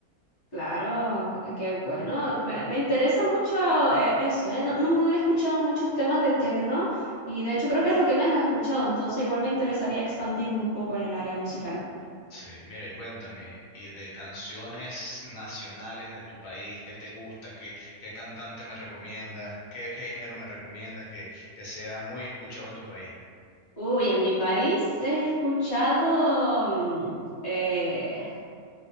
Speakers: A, on the left (about 25°); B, on the left (about 75°).
A: Claro, eh, qué bueno. Me, me interesa mucho eh, eso, ¿eh? No, no no he escuchado muchos temas de techno y de hecho creo que es lo que menos he escuchado, entonces igual me interesaría expandirme un poco en el área musical.
B: Sí, mira, y cuéntame, y de canciones nacionales de tu país, ¿qué te gusta? ¿Qué, qué cantante me recomiendas? ¿Qué género me recomiendas que, que sea muy escuchado en tu país?
A: Uy, en mi país he escuchado mm, eh,